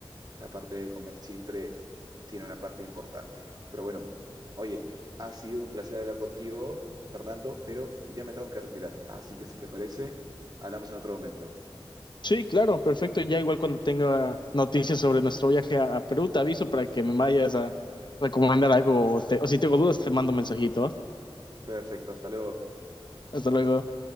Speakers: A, on the right; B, on the left.
A: La parte de comer siempre tiene una parte importante. Pero bueno, oye, ha sido un placer hablar contigo, Fernando, pero ya me tengo que retirar. Así que si te parece, hablamos en otro momento.
B: Sí, claro, perfecto. Ya igual cuando tenga noticias sobre nuestro viaje a, a Perú, te aviso para que me vayas a recomendar algo o, te- o si tengo dudas te mando un mensajito. ¿va?
A: Perfecto, hasta luego.
B: Hasta luego.